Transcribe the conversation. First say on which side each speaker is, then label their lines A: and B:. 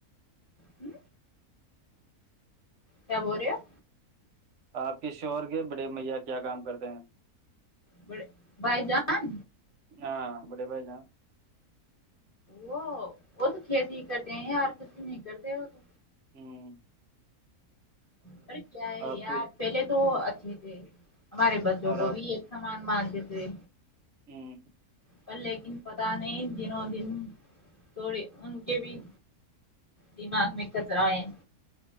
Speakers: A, on the left; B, on the right.
A: ہوں کیا بول رہے ہوپ
B: آپ کے شوہر کے بڑے میا کیا کام کرتے ہیں
A: بڑے بھائی جان
B: ہاں بڑے بھائی جان
A: وہ وہ تو کھیتی کرتے ہیں یار کسی نہیں کرتے ہو تو
B: ہوں
A: پر کیا ہے
B: آپ
A: یار
B: کی
A: پہلے تو اچھے تھے ہمارے بچوں
B: اور
A: کو
B: آپ
A: بھی ایک سامان مان دیتے
B: ہوں
A: پر لیکن پت نہیں دنوں دن تھوڑی ان کے بھی دماغ میں کچرا ہے